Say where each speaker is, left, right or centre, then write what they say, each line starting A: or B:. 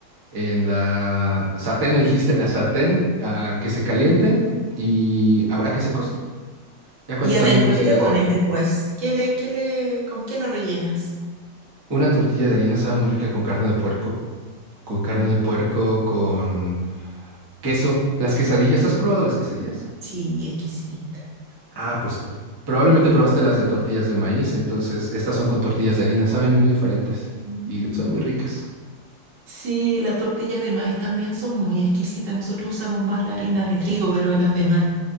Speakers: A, on the right; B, on the right.
A: En la sartén me dijiste la sartén a que se calienten y a, a que se cozan. Ya cuando
B: ¿Y
A: están
B: adentro
A: bien cocidas,
B: qué le pones
A: ya te.
B: después? ¿Qué le, qué le, con qué lo rellenas?
A: Una tortilla de harina sabe muy rica con carne de puerco, con carne
B: Mm,
A: de puerco, con queso. Las quesadillas, ¿has probado las quesadillas?
B: Sí, exquisita.
A: Ah, pues probablemente probaste las de tortillas de maíz, entonces estas son con tortillas de harina, saben muy diferentes
B: Mm.
A: y son muy ricas.
B: Sí, las tortillas de maíz también son muy exquisitas. Nosotros usamos más la harina de trigo, pero las de maíz,